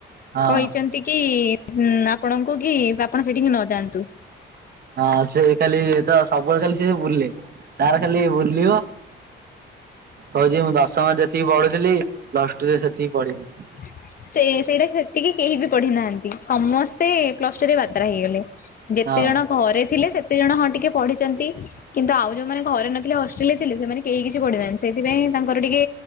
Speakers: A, on the right; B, on the left.
A: ହଁ।
B: କହିଛନ୍ତି ଟିକିଇ ଆପଣଙ୍କୁ କି ଆପଣ ସେଠିକି ନଯାଆନ୍ତୁ?
A: ହଁ ସେ ଖାଲି ତ ସବୁବେଳେ ଖାଲି ସେ ବୁଲେ ତାର ଖାଲି ବୁଲିବ। କଉଛି ମୁଁ ଦଶମ ଯେତିକି ପଢୁଥିଲି ପ୍ଲସ ଟୁରେ ସେତିକି ପଢିନି।
B: ହ ସେ ସେଇଟା ସେତିକି କେହି ବି ପଢି ନାହାନ୍ତି ସମସ୍ତେ ପ୍ଲସ ଟୁ ରେ ବାତରା ହେଇଗଲେ। ଯେତେ
A: ହଁ
B: ଜଣ ଘରେ ଥିଲେ ସେତେ ଜଣ ହଁ ଟିକେ ପଢିଛନ୍ତି। କିନ୍ତୁ ଆଉ ଯୋଉମାନେ ଘରେ ନଥିଲେ ହଷ୍ଟେଲରେ ଥିଲେ ସେମାନେ କେହି କିଛି ପଢିନାହାଁନ୍ତି ସେଇଥିପାଇଁ ତାଙ୍କର ଟିକେ